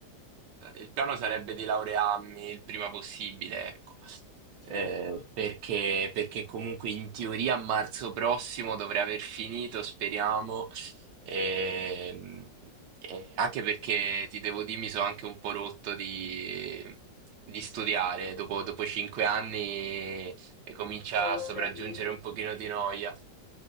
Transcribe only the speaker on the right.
Il piano sarebbe di laurearmi il prima possibile, ecco.
Eh, perché, perché comunque in teoria a marzo prossimo dovrei aver finito, speriamo. Ehm, e anche perché ti devo dire, mi sono anche un po' rotto di, di studiare. Dopo, dopo cinque anni e comincia
a sopraggiungere
un pochino di noia.